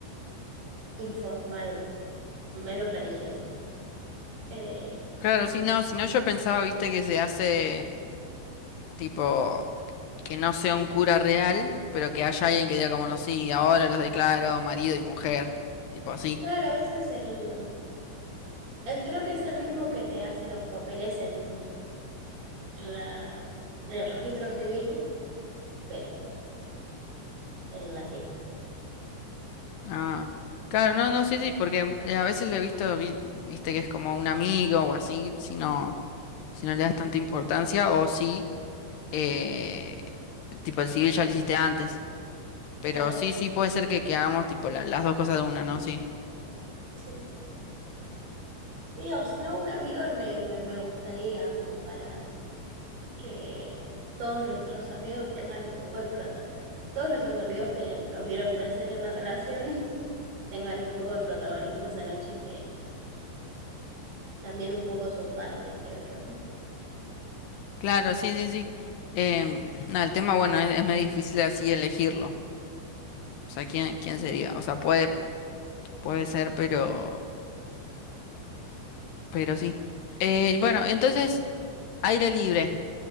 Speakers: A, on the right (about 70°); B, on the left (about 70°).
A: informal, menos religioso. Eh,
B: Claro, sí, no, si no yo pensaba, viste, que se hace tipo que no sea un cura real, pero que haya alguien que diga como no, sí, ahora los declaro marido y mujer, tipo así.
A: claro, ese es el, es- creo que es el mismo que te hace los papeles en, en la, en el registro civil, pero en la fiesta.
B: Ah, claro, no, no, sí, sí, porque mm, eh, a veces lo he visto, vi- viste que es como un amigo o así, si no, si no le das tanta importancia, o si, eh, tipo, el civil ya lo hiciste antes, pero
A: Claro,
B: sí, sí, puede ser que, que hagamos, tipo, la- las dos cosas de una, ¿no? Sí,
A: sí. Sí, o si no, un amigo me, me, me gustaría como para que todos nuestros amigos tengan un poco de prota, todos nuestros amigos que los vieron crecer en la relación <laughs> tengan un poco de protagonismo esa noche que también un poco son parte, creo yo.
B: claro, sí, sí, sí. Em, <clears throat> nada, el tema, bueno, es, es medio difícil así elegirlo, o sea, ¿quién, quién sería? O sea, puede, puede ser, pero, pero sí. Eh, bueno, entonces, aire libre.